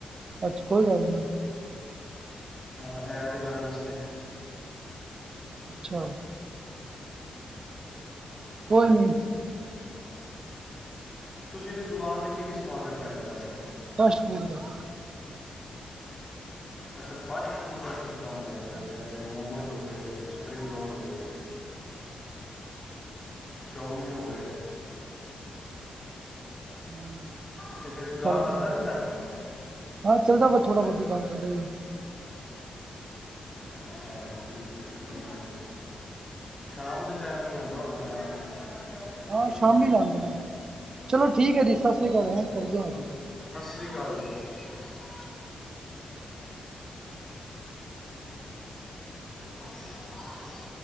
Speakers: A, on the right (about 35°); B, on the left (about 15°).
A: ਅੱਛਾ, ਕੋਈ ਗੱਲ ਨੀ।
B: ਹਾਂ, ਐਡ ਕਰਨ ਵਾਸਤੇ।
A: ਅੱਛਾ। ਕੋਈ ਨੀ।
B: ਤੁਸੀਂ ਵੀ ਦੁਕਾਨ 'ਤੇ ਕੀ ਕੀ ਸਮਾਨ ਰੱਖਿਆ ਦਾ, ਵੈਸੇ।
A: ਫਾਸਟ ਫੂਡ ਦਾ।
B: ਅੱਛਾ, ਫਾਸਟ ਫੂਡ ਦਾ ਤੁਸੀਂ ਕੰਮ ਕਰਦੇ ਹੋ,
A: ਹਾਂਜੀ
B: ਅੱਛਾ ਇਹ ਮੋਮੋਜ਼ ਹੋ ਗਏ, ਸਪਰਿੰਗ ਰੋਲ ਹੋਏ। ਚਾਊਮਿਨ ਹੋ ਗਏ।
A: ਹਮ,
B: ਅਤੇ ਫਿਰ ਗਾਹਕ
A: ਬੜ੍ਹਾ ਸਮਾਨ
B: ਆਉਂਦਾ ਰਹਿੰਦਾ
A: -
B: ਹੈ?
A: ਹਾਂ ਚੱਲਦਾ, ਬਸ ਥੋੜਾ ਬਹੁਤ ਹੀ ਕੰਮ ਚੱਲਦਾ।
B: ਅੱਛਾ ਠੀਕ ਹੈ, ਠੀਕ ਹੈ। ਸ਼ਾਮ ਦੇ ਟਾਈਮ ਹੀ ਆਉਂਦਾ ਹੋਣਾ ਗਾਹਕ?
A: ਹਾਂ
B: ਤਾਂ।
A: ਸ਼ਾਮੀ ਲਾਉਂਦੇ, ਚਲੋ ਠੀਕ ਹੈ ਜੀ, ਸਤਿ ਸ੍ਰੀ ਆਕਾਲ, ਕਰਦੇ ਹਾਂ ਜੀ ਫਿਰ।
B: ਸਤਿ ਸ਼੍ਰੀ ਅਕਾਲ ਜੀ, ਸਤਿ ਸ਼੍ਰੀ ਅਕਾਲ। <inaudible>